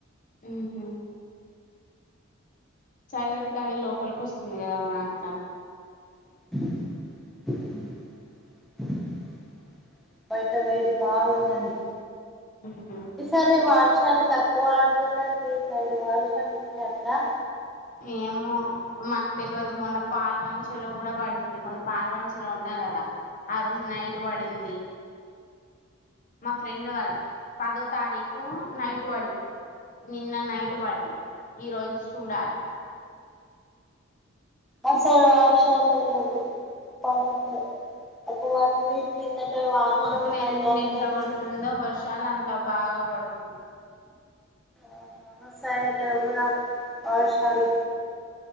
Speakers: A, on the left; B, in the centre.
A: ఊహ చల్లటి గాలి లోపలికోస్తుంది గదా మన అంతా
B: <unintelligible> బయట వేడి మాగున్నది.
A: ఉహు
B: ఈ సరి వా వర్షాలు తక్కువ అంటున్నారు మీ సైడ్ వర్షాలు ఉన్నాయి అంటానా?
A: ఏమో మాకు తెల్వదు మొన్న పాల్వంచ లో కూడా పడింది మొన్న పాల్వంచలో ఉన్నా కదా ఆ రోజు నైట్ వడింది మా ఫ్రెండ్ వాళ్ళ పదో తారీకు నైట్ బడింది నిన్న నైట్ పడింది ఈ రోజు చూడాలి.
B: అసలు వర్షాలు లేవ్వు పడట్లే అ వన్ వీక్ కిందట వర్షం
A: పొద్దున
B: నైట్
A: ఎండ
B: అంతా
A: ఎంత
B: వచ్చింది
A: కొడుతుందో వర్షాలు అంత బాగా పడుతున్నాయి.
B: ఆహా మా సైడ్ లేవు రా వర్షాలు